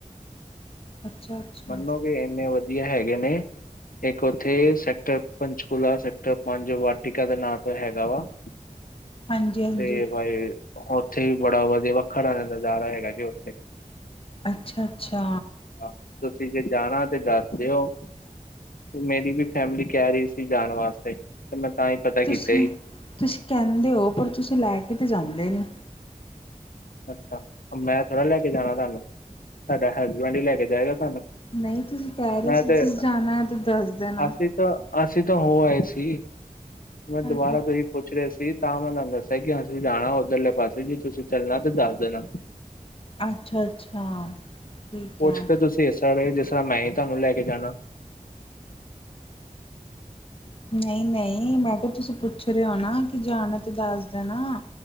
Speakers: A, on the left; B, on the left.
A: ਅੱਛਾ ਅੱਛਾ
B: ਮਨੋਗੇ ਇੰਨੇ ਵਧੀਆ ਹੈਗੇ ਨੇ ਇੱਕ ਉੱਥੇ ਸੈਕਟਰ ਪੰਚਕੂਲਾ ਸੈਕਟਰ ਪੰਜ-ਵਾਟਿਕਾ ਦੇ ਨਾਂ ਤੋਂ ਹੈਗਾ ਵਾ। ਹ
A: ਹਾਂਜੀ ਹਾਂਜੀ
B: ਤੇ ਬਾਈ, ਉੱਥੇ ਵੀ ਬੜਾ ਵਧੀਆ ਵੱਖਣ ਆਲਾ ਨਜ਼ਾਰਾ ਹੈਗਾ ਜੇ, ਓ
A: ਅੱਛਾ, ਅੱਛਾ!
B: ਆਹ! ਤੁਸੀਂ ਜੇ ਜਾਣਾ ਤੇ ਦੱਸ ਦਿਓ। ਮੇਰੀ ਵੀ ਫੈਮਿਲੀ ਕਹਿ ਰਹੀ ਸੀ ਜਾਣ ਵਾਸਤੇ, ਤੇ ਮੈਂ ਤਾਂ ਹੀ ਪਤਾ
A: ਤੁਸੀਂ
B: ਕੀਤਾ ਹੀ।
A: ਤੁਸੀਂ ਕਹਿੰਦੇ ਔ, ਪਰ ਤੁਸੀਂ ਲੈ ਕੇ ਤੇ ਜਾਂਦੇ ਨਹੀਂ।
B: ਅੱਛਾ! ਓ ਮੈਂ ਥੋੜਾ ਲੈ ਕੇ ਜਾਣਾ ਤੁਹਾਨੂੰ, ਤਾਡਾ ਹਸਬੈਂਡ ਹੀ ਲੈ ਕੇ ਜਾਏਗਾ ਤੁਹਾਨੂੰ।
A: ਨਹੀਂ, ਤੁਸੀਂ ਕਹਿ ਰਹੇ
B: ਮੈਂ
A: ਸੀ,
B: ਤੇ
A: ਤੁਸੀਂ ਜਾਣਾ ਹੈ ਤੇ ਦੱਸ ਦੇਣਾ।
B: ਅਸੀਂ ਤਾਂ ਅਸੀਂ ਤੋਂ ਹੋ ਆਏ ਸੀ, ਮੈਂ ਦੁਬਾਰਾ
A: ਅੱਛਾ
B: ਤੁਸੀ ਤੋਂ ਹੀ ਪੁੱਛ ਰਹੇ ਸੀ। ਤਾਂ ਮੈਂ ਤੁਹਾਨੂੰ ਦੱਸਿਆ ਕਿ ਅਸੀਂ ਜਾਣਾ ਉੱਧਰਲੇ ਪਾਸੇ, ਜੇ ਤੁਸੀਂ ਚੱਲਣਾ ਤੇ ਦੱਸ ਦੇਣਾ।
A: ਅੱਛਾ, ਅੱਛਾ, ਠੀਕ
B: ਕੁਛ
A: ਹੈ!
B: ਤੁਸੀਂ ਤੇ ਇਸ ਤਰ੍ਹਾਂ ਰਹੇ ਜਿਸ ਤਰ੍ਹਾਂ ਮੈਂ ਹੀ ਤੁਹਾਨੂੰ ਲੈ ਕੇ ਜਾਣਾ।
A: ਨਹੀਂ-ਨਹੀਂ, ਮੈਂ ਕਿਹਾ-ਤੁਸੀਂ ਪੁੱਛ ਰਹੇ ਹੋ ਨਾ ਕਿ ਜਾਨਾ ਤੇ ਦੱਸ ਦੇਣਾ।